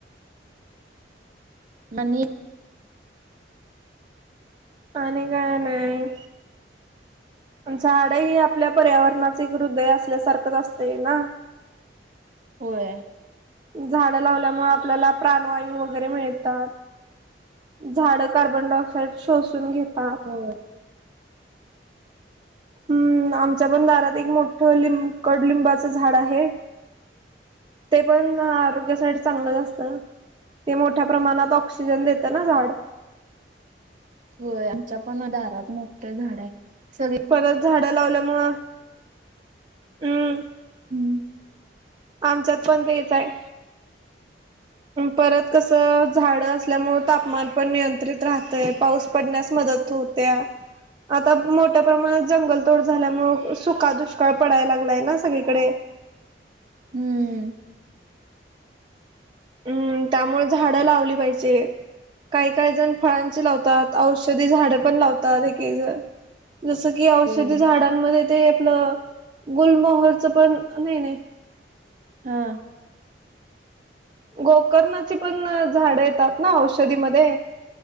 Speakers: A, on the right (about 45°); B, on the right (about 25°).
A: आणि
B: आणि काय नाय. झाड ही आपल्या पर्यावरणाच एक हृदय असल्यासारखंच असतय ना.
A: होय.
B: झाडं लावल्यामुळे आपल्याला प्राणवायू वगैरे मिळतात. झाड कार्बन डायऑक्साइड शोषून घेतात.
A: हो.
B: हम्म आमच्या पण दारात एक मोठं लिं कडलिंबाचं झाड आहे. ते पण आरोग्यासाठी चांगलंच असतं. ते मोठ्या प्रमाणात ऑक्सिजन देतं ना झाड.
A: होय आमच्या पण दारात मोठ झाड आहे सगळे
B: परत झाडं लावल्यामुळ हम्म.
A: हम्म.
B: आमच्यात पण तेच आहे परत कसं झाडं असल्यामुळं तापमान पण नियंत्रित राहतं आहे, पाऊस पडण्यास मदत हो त्या. आता मोठ्या प्रमाणात जंगलतोड झाल्यामुळे सुका दुष्काळ पडायला लागलाय ना सगळीकडे.
A: हम्म.
B: हम्म त्यामुळे झाडं लावली पाहिजे. काही काही जण फळांची झाड लावतात, औषधी झाड पण लावतात एक एक जण जस कि औषधी
A: होय
B: झाडांमध्ये ते आपलं गुलमहरच पण, नाही नाही
A: हा.
B: गोकर्णाची पण झाडं येतात ना औषधीमध्ये